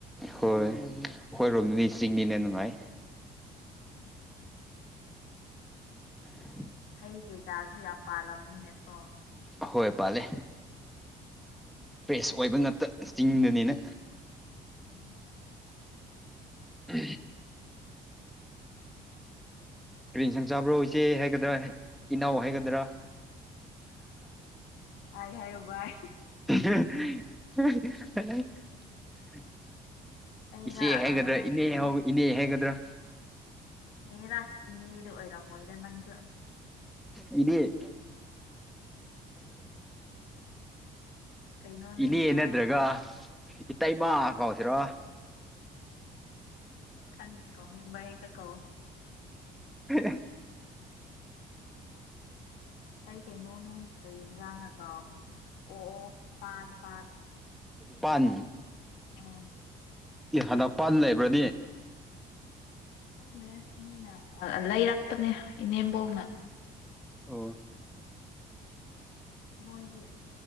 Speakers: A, in the centre; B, on the left.
A: ꯍꯣꯏ ꯑꯩꯈꯣꯏꯔꯣꯝꯗꯨꯅꯤ ꯆꯤꯡꯅꯤꯅ ꯅꯨꯡꯉꯥꯏ
B: ꯎꯝ
A: <unintelligible>
B: ꯍꯩ ꯀꯩꯀꯥꯁꯨ ꯌꯥꯝ ꯄꯥꯜꯂꯝꯅꯤꯅꯦꯅ ꯀꯣ
A: ꯑ ꯍꯣꯏ ꯄꯥꯜꯂꯦ ꯄ꯭ꯔꯦꯁ ꯑꯣꯏꯕ ꯉꯇ ꯆꯤꯡꯗꯅꯤꯅ
B: ꯎꯝ
A: ꯎ ꯄꯔꯤꯦꯟ ꯁꯪ ꯆꯥꯕ꯭ꯔꯣ ꯏꯆꯦ ꯍꯥꯏꯒꯗ꯭ꯔꯥ ꯏꯅꯥꯎ ꯍꯥꯏꯒꯗ꯭ꯔꯥ
B: ꯕꯥꯏ ꯍꯥꯏꯌꯨ ꯕꯥꯏ
A: <unintelligible>
B: ꯑꯩꯔ
A: ꯏꯆꯦ ꯍꯥꯏꯒꯗ꯭ꯔꯥ
B: ꯑ ꯀꯩꯅꯣ
A: ꯏꯅꯦ ꯍꯥꯏꯒꯗ꯭ꯔꯥ
B: ꯍꯦꯔ ꯏꯅꯦꯗꯤ ꯑꯣꯏꯔꯝꯃꯣꯏꯗ ꯅꯪꯁꯨ
A: ꯏꯅꯦ
B: ꯀꯩꯅꯣꯅꯦ
A: ꯏꯅꯦ
B: ꯑꯥ
A: ꯅꯗ꯭ꯔꯒ ꯏꯇꯩꯃꯥ ꯀꯧꯁꯤꯔꯣ
B: ꯈꯪꯗꯦ ꯀꯧꯅꯤꯡꯕ ꯍꯦꯛꯇ ꯀꯧ
A: <unintelligible>
B: ꯑꯩ ꯀꯩꯅꯣꯅꯦ ꯀꯔꯤ ꯏꯟꯖꯥꯡꯅ ꯀꯥꯎꯒꯦꯅꯦ ꯑꯣ ꯑꯣ ꯄꯥꯟ ꯄꯥꯟ
A: ꯄꯥꯟ
B: ꯎꯝ
A: ꯍꯥꯟꯗꯄꯥꯟ ꯂꯩꯕ꯭ꯔꯅꯦ
B: ꯈꯪꯗꯦ ꯃꯤꯅ ꯂꯩꯔꯛꯄꯅꯦ ꯏꯅꯦꯝꯕꯣꯛꯅ
A: ꯑꯣ
B: ꯅꯣꯏꯗꯤ